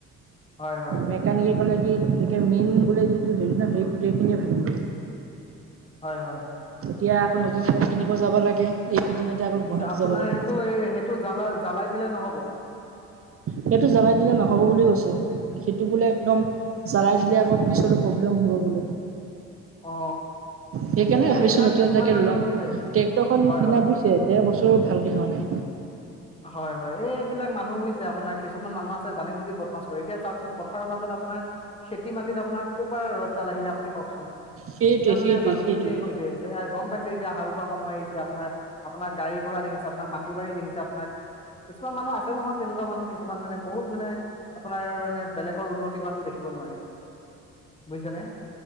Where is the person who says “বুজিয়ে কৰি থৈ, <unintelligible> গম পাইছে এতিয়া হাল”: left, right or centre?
Left